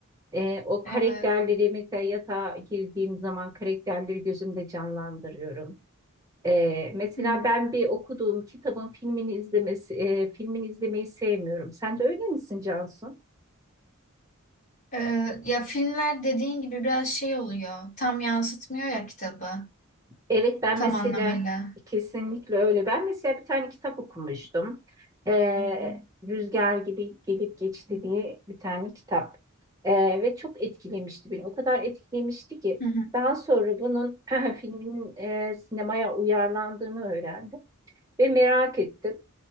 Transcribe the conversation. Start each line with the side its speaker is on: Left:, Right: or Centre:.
Right: Eh, o karakterleri
Left: Evet.
Right: mesela yatağa girdiğim zaman karakterleri gözümde canlandırıyorum. Ee, mesela
Left: Hı.
Right: ben bir okuduğum kitabın filmini izlemesi, e, filmini izlemeyi sevmiyorum. Sen de öyle misin Cansu?
Left: Ee, ya filmler dediğin gibi biraz şey oluyor. Tam yansıtmıyor ya kitabı.
Right: Evet ben
Left: Tam
Right: mesela
Left: anlamıyla.
Right: kesinlikle öyle. Ben mesela bir tane kitap okumuştum. Ee, Rüzgar gibi gelip geçti diye bir tane kitap. Ee, ve çok etkilemişti beni. O kadar etkilemişti ki
Left: Hı hı.
Right: daha sonra bunun <clears throat> filminin e, sinemaya uyarlandığını öğrendim ve merak ettim.